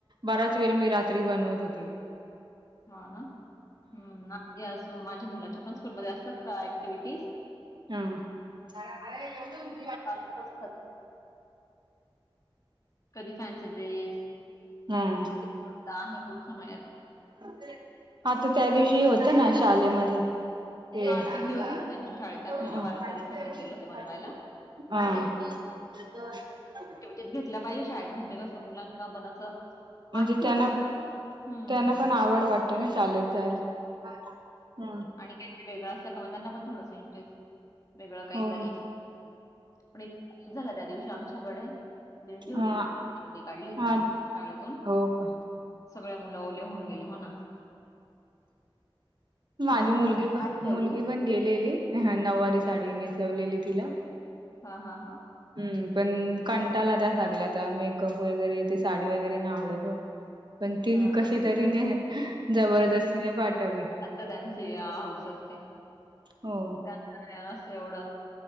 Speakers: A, on the right; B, on the left.
A: बराच वेल मी रात्री बनवत होते
B: हा ना हू आणि असं माझ्या मुलाच्या पण स्कूलमध्ये असतात का ऍक्टिव्हिटीज
A: हु <unintelligible>
B: चालूच असत कधी फॅन्सी ड्रेस
A: ह
B: आता आहे पुढच्या महिन्यात
A: हा तो त्यादिवशी होतना शालेमध्ये तेच
B: हां, दिंडी होती ना
A: ए
B: त्यांच्या शाळेत, त्यांना आहे
A: सांगू
B: ना वारकरी सांगितलेलं
A: का
B: होतं बनवायला.
A: <unintelligible> <unintelligible> हा
B: तेच घेतला पाहिजे शाळेत म्हणजे कसं मुलांना पण असं माहित
A: म्हणजे त्यांना
B: होतात ना हं,
A: त्यांना पण आवड वाटते ना शालेत जायला हा हा हू
B: ते नई वेगळं अस कवा त्यांना पण एक इंटरेस्ट वेगळं काहीतरी
A: हो ह
B: पण एक झालं त्या दिवशी आमच्याकडे दिंडी होती
A: हा
B: दिंडी काढली होती
A: हा
B: त्यांच्या शाळेतून
A: हो का
B: सगळे मुल ओले होऊन गेले हो ना
A: माझी
B: ह्यावेळेस
A: मुलगी
B: त्यांनी
A: पण
B: भात ठेवली
A: मुलगी पण गेलेली ह नऊवारी साडी नेसवलेली तिला
B: हा हा हा
A: हु पण कंटाला त्या सगलयाचा मेकअप वगैरे ते साडी वगैरे नाय आवडत ओ पण ती
B: हा ना
A: कशीतरी जबरदस्तीने पाठवली
B: सदांची या हाऊस असते
A: हो
B: त्यांना काय नसतं एवढं